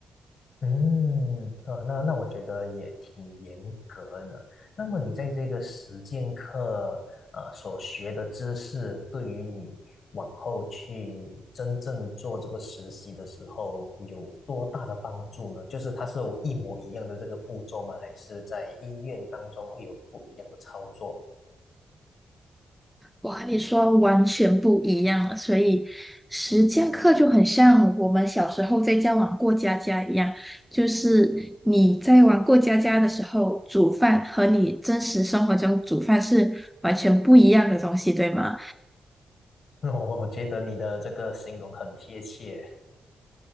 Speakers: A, on the left; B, in the centre.
A: 嗯，啊，那那我觉得也挺严格的。那么你在这个实践课，呃，所学的知识，对于你往后去真正做这个实习的时候，有多大的帮助呢？就是它是一模一样的这个步骤吗？还是在医院当中会有不一样的操作？
B: 哇，你说完全不一样了，所以实践课就很像我们小时候在家玩过家家一样，就是你在玩过家家的时候，煮饭和你真实生活中煮饭是完全不一样的东西，对吗？
A: <laughs> 我我觉得你的这个形容很贴切。